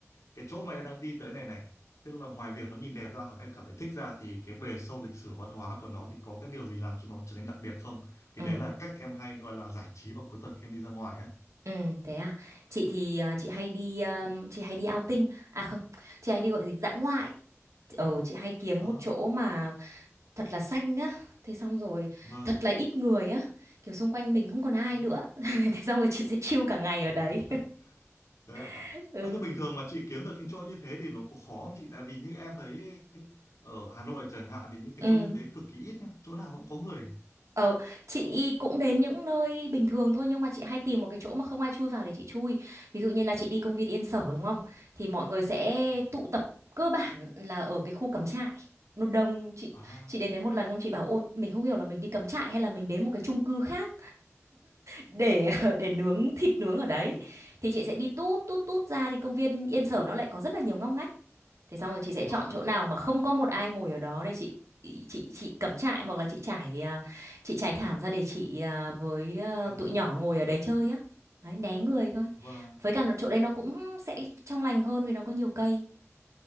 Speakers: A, on the left (about 80°); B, on the right (about 75°).
A: cái chỗ mà em đang đi tới này này, tức là ngoài việc nó nhìn đẹp ra hoặc em cảm thấy thích ra thì cái bề sâu lịch sử văn hóa của nó thì có cái điều gì làm cho nó trở nên đặc biệt không? Thì
B: ừ
A: đấy là cách em hay gọi là giải trí vào cuối tuần khi em đi ra ngoài á.
B: ừ thế à chị thì à, chị hay đi um, chị hay đi outing à không chị hay đi gọi gì dã ngoại ờ chị hay kiếm
A: À,
B: một chỗ mà thật là xanh á thế xong rồi
A: vâng.
B: thật là ít người á kiểu xung quanh mình không còn ai
A: À.
B: nữa <laughs> thế xong rồi chị sẽ chill cả ngày ở đấy
A: <laughs> Thế ạ.
B: <laughs> ừ
A: Ơ, Nhưng bình thường mà chị kiếm được những chỗ như thế thì nó có khó không chị? Tại vì như em thấy ở Hà Nội chẳng hạn thì những cái
B: ừ
A: chỗ như thế cực kỳ ít nhá. Chỗ nào vẫn có người.
B: Ờ, chị cũng đến những nơi bình thường thôi nhưng mà chị hay tìm một cái chỗ mà không ai chui vào để chị chui. Ví dụ như là chị đi công viên Yên Sở đúng không? Thì mọi người sẽ
A: À,
B: tụ tập cơ bản là ở cái khu cắm trại. Nó đông chị
A: à,
B: chị đến đấy một lần xong chị bảo ô mình không hiểu là mình đi cắm trại hay là mình đến một cái chung cư khác để <laughs> để nướng thịt nướng ở đấy
A: và,
B: thì chị sẽ đi tút tút tút ra thì công viên Yên Sở nó lại có rất là nhiều ngóc ngách thế xong rồi chị sẽ
A: và,
B: chọn chỗ nào mà không có một ai ngồi ở đó để chị chị chị cắm trại hoặc là chị trải à, chị trải thảm ra để chị à, với à,
A: à,
B: tụi nhỏ ngồi ở đấy chơi á đấy, né người thôi
A: và,
B: với cả là chỗ đấy nó cũng sẽ trong lành hơn vì nó có nhiều cây